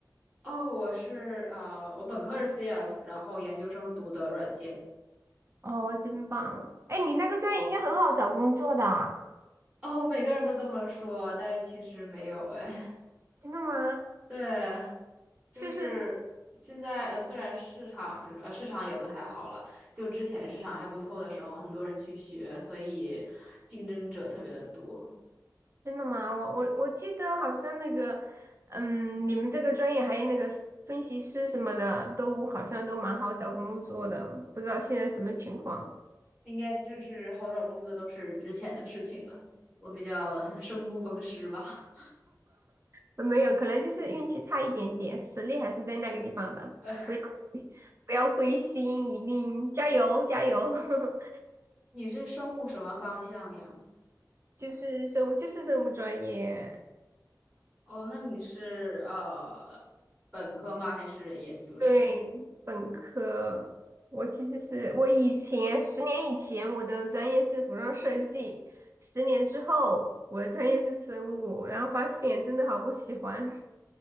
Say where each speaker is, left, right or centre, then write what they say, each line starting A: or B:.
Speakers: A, on the right; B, on the right.
A: 哦，我是呃，我本科是 CS，然后研究生读的软件。
B: 哦，真棒！哎，你那个专业应该很好找工作的啊
A: 哦，每个人都这么说，但是其实没有哎。
B: 真的吗？
A: <laughs> 对，就是现在呃，
B: 是不是
A: 虽然市场就是呃市场也不太好了，就之前市场还不错的时候，很多人去学，所以竞争者特别的多。
B: 真的吗？我我我记得好像那个，嗯，你们这个专业还有那个 s- 分析师什么的，都好像都蛮好找工作的，不知道现在什么情况？
A: 应该就是好找工作都是之前的事情了。我比较 <laughs> 生不逢时吧。
B: 呃没有，可能就是运气差一点点，实力还是在那个地方的，
A: <laughs> 呃，
B: 不要不要灰心，一定加油加油！<laughs>
A: 你是生物什么方向呀？
B: 就是什么就是什么专业。
A: 哦，那你是呃本科吗？还是研究生？
B: 对，本科，我其实是我以前十年以前我的专业是服装设计，十年之后我的专业是生物，然后发现真的好不喜欢